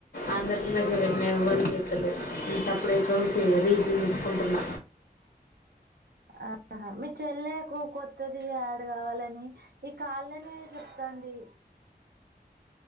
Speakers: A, on the left (about 85°); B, on the right (about 85°).
A: అందరికీ మెసేజ్ పెట్టినా ఎవరు చేస్తలేరు సప్పు <unintelligible> రీల్స్ చూసుకుంటున్న
B: ఆహా మీ చెల్లకు కొత్తది యాడ్ కావాలని ఈ కాళ్ళనే చెప్తాను. ది